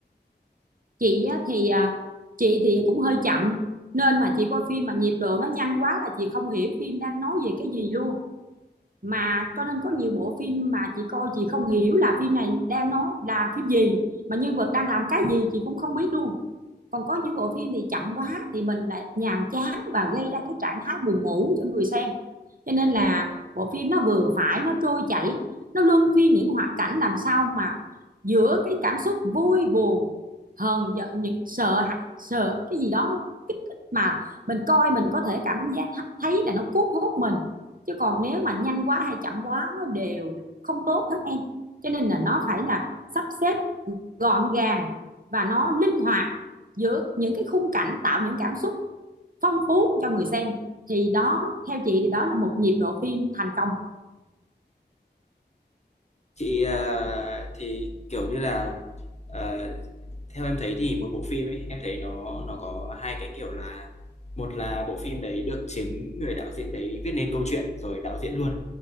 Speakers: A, on the right; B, on the left.
A: chị thì à, chị thì cũng hơi chậm nên mà chị coi phim mà nhịp độ nó nhanh quá là chị không hiểu phim đang nói về cái gì luôn mà cho nên có nhiều bộ phim mà chị coi chị không hiểu là phim này đang nói là phim gì mà nhân vật đang làm cái gì chị cũng không biết luôn còn có những bộ phim thì chậm quá thì mình lại nhàm chán và gây ra cái trạng thái buồn ngủ cho người xem cho nên là bộ phim nó vừa phải nó trôi chảy nó luân phiên những hoạt cảnh làm sao mà giữa cái cảm xúc vui buồn hờn giận những sợ sợ cái gì đó nó kích thích mà mình coi mình có thể cảm giác thấy là nó cuốn hút mình chứ còn nếu mà nhanh quá hay chậm quá nó đều không tốt hết em cho nên là nó phải là sắp xếp gọn gàng và nó linh hoạt giữa những cái khung cảnh tạo những cảm xúc phong phú cho người xem thì đó theo chị thì đó là một nhịp độ phim thành công
B: Chị, à, thì, kiểu như là, ờ Theo em thấy thì một bộ phim ấy, em thấy nó nó có hai cái kiểu là một là bộ phim đấy được chính người đạo diễn đấy viết nên câu chuyện rồi đạo diễn luôn,